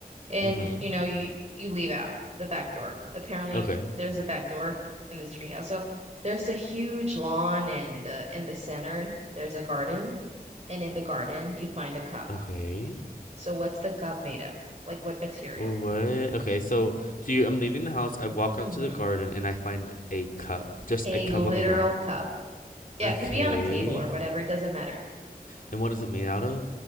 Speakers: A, on the right; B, on the left.
A: and
B: Mm-hmm.
A: you know you you leave out the back door. Apparently
B: Okay.
A: there's a back door in this treehouse. So there's a huge lawn and uh, in the center there's a garden and in the garden you find a cup.
B: Okay.
A: So what's the cup made of? Like what material?
B: What? Okay, so so you, I'm leaving the house. I walk
A: Mm-hmm.
B: out to the garden and I find a cup, just
A: A
B: a cup
A: literal
B: on the ground.
A: cup. Yeah,
B: Okay.
A: it could be on a table or whatever, it doesn't matter.
B: And what is it made out of?